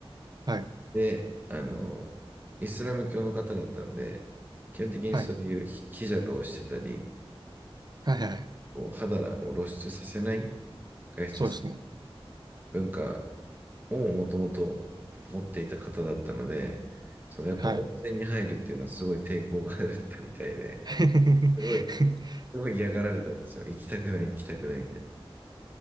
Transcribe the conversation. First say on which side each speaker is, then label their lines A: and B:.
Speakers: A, on the right; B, on the right.
A: はい。
B: で、あの、イスラム教の方だったんで、基本的にそういうヒヒジャブをしてたり、
A: はい。はいはいはい。
B: こう肌を露出させない外出する
A: そうですね。
B: 文化をもともと持っていた方だったので、そのやっぱ温泉に入るっていうのはすごい抵抗があったみたいで、
A: はい。<laughs>
B: すごい、すごい嫌がられたんですよ。行きたくない、行きたくないみたいな。